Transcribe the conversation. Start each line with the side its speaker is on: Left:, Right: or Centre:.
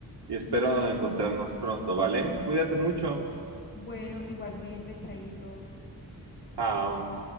Right: y espero encontrarnos pronto, ¿vale? Cuídate mucho.
Left: Bueno, igualmente, Chaito.
Right: Chao.